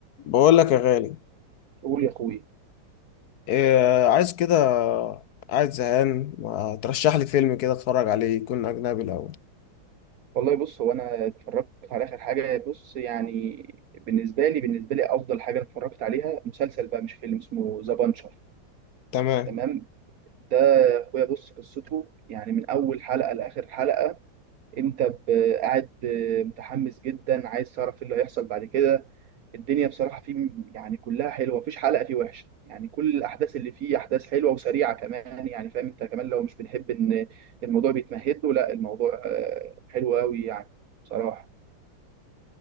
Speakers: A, on the left (about 65°); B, on the right (about 55°).
A: بقول لك يا غالي
B: قول يا اخويا
A: إيه عايز كده قاعد زهقان ما ترشح لي فيلم كده اتفرج عليه يكون اجنبي الاول
B: والله بص هو انا اتفرجت على اخر حاجه بص يعني بالنسبه لي بالنسبه لي افضل حاجه أنا اتفرجت عليها مسلسل بقى مش فيلم اسمه ذا بانشر
A: تمام
B: تمام ده اخويا بص قصته يعني من اول حلقه لاخر حلقه انت ب- قاعد آه، متحمس جدا عايز تعرف ايه اللي هيحصل بعد كده الدنيا بصراحة فيه يعني كلها حلوة مفيش حلقة فيه وحشة يعني كل الأحداث اللي فيه أحداث حلوة وسريعة كمان يعني فاهم أنت كمان لو مش بنحب إن الموضوع بيتمهد له لا الموضوع آه، حلو أوي يعني بصراحة